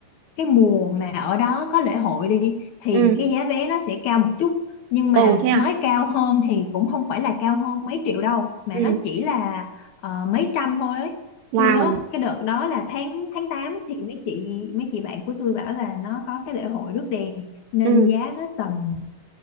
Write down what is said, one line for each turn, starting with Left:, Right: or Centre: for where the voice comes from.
Left: cái mùa mà ở đó có lễ hội đi thì
Right: ừ
Left: cái giá vé nó sẽ cao một chút nhưng
Right: ồ
Left: mà
Right: thế à
Left: nói cao hơn thì cũng không phải là cao hơn mấy triệu đâu mà
Right: ừ
Left: nó chỉ là ờ, mấy trăm thôi ấy.
Right: wow
Left: Tôi nhớ cái đợt đó là tháng tháng tám thì mấy chị mấy chị bạn của tôi bảo là nó có cái lễ hội rước đèn nên
Right: ừ
Left: giá nó tầm